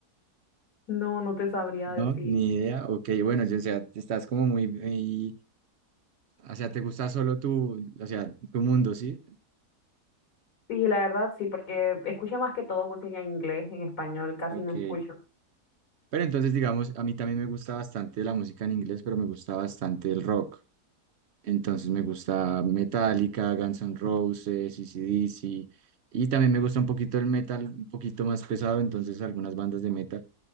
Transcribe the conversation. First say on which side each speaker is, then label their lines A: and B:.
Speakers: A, on the left; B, on the right.
A: No, no te sabría
B: no,
A: decir.
B: ni idea, ok, bueno, yo, o sea, estás como muy, muy- o sea, te gusta solo tu, o sea, tu mundo, ¿sí?
A: Sí, la verdad sí, porque escucho más que todo música en inglés, en español casi
B: Ok,
A: no escucho.
B: pero entonces digamos, a mí también me gusta bastante la música en inglés, pero me gusta bastante el rock. Entonces me gusta Metallica, Guns N' Roses, A C/D C ac y también me gusta un poquito el metal, un poquito más pesado, entonces algunas bandas de metal.